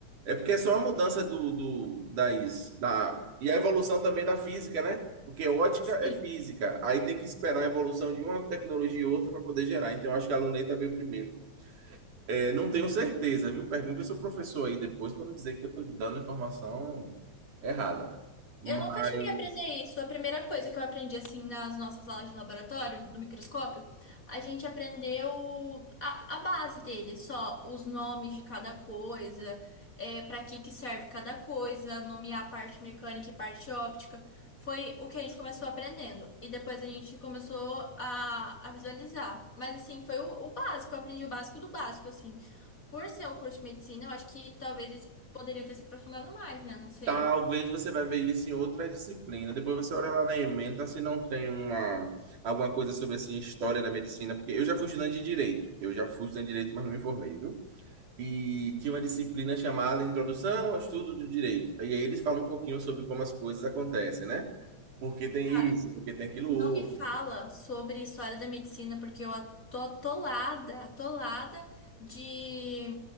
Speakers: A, on the right (about 85°); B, on the left (about 25°).
A: É porque é só a mudança do, do da is, da e a evolução também da física, né? Porque ótica
B: Sim.
A: é física, aí tem que esperar a evolução de uma tecnologia e outra para poder gerar. Então eu acho que a luneta veio primeiro. É, não tenho certeza, viu? Pergunte ao seu professor aí depois para não dizer que eu estou dando a informação errada. Mas
B: Eu nunca cheguei a aprender isso. A primeira coisa que eu aprendi, assim, nas nossas aulas de laboratório, do microscópio, a gente aprendeu a, a base dele, só os nomes de cada coisa, é, para que que serve cada coisa, nomear a parte mecânica e parte óptica. Foi o que a gente começou aprendendo. E depois a gente começou a, a visualizar. Mas, assim, foi o, o básico. Eu aprendi o básico do básico, assim. Por ser um curso de medicina, eu acho que talvez eles poderiam ter se aprofundado mais, né? Não sei.
A: talvez você vai ver isso em outra disciplina. Depois você olha lá na ementa se não tem uma, alguma coisa sobre assim, história da medicina, porque eu já fui estudante de direito. Eu já fui estudante de direito, mas não me formei, viu? E tinha uma disciplina chamada Introdução ao Estudo do Direito. E aí eles falam um pouquinho sobre como as coisas acontecem, né? Por que tem
B: Cara,
A: isso, por que tem aquilo
B: Não
A: outro.
B: me fala sobre história da medicina, porque eu tô atolada, atolada de